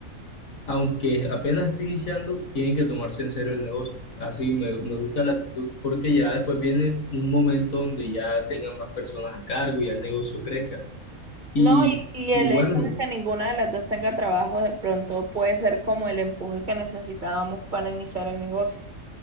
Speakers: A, on the left; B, on the right.
A: aunque apenas esté iniciando, tienen que tomarse en serio el negocio. Así me, me gusta la actitud porque ya después viene un momento donde ya tengan más personas a cargo y ya el negocio crezca. Y,
B: No, y, y
A: y
B: el
A: bueno.
B: hecho de que ninguna de las dos tenga trabajo de pronto puede ser como el empuje que necesitábamos para iniciar el negocio.